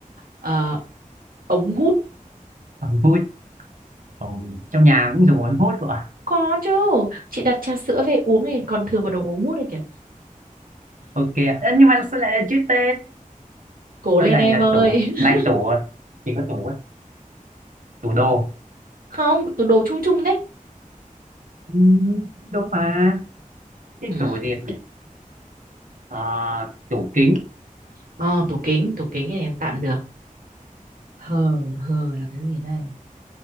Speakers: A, on the right; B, on the right.
A: ờ, ống hút
B: ống hút Ờ, trong nhà cũng dùng ống hút của ạ.
A: có chứ chị đặt trà sữa về uống thì còn thừa một đống ống hút đấy kìa
B: ok ạ Ơ, nhưng mà sao lại là chữ T
A: cố lên
B: thôi lại
A: em
B: là
A: ơi
B: tủ
A: <laughs>
B: lại tủ à? chỉ có tủ á, tủ đồ
A: không tủ đồ chung chung đấy
B: ừ, đúng mà cái
A: ừ.
B: tủ gì nhỉ? Ờ, tủ kính
A: ờ, tủ kính tủ kính thì tạm được hờ hờ là cái gì đây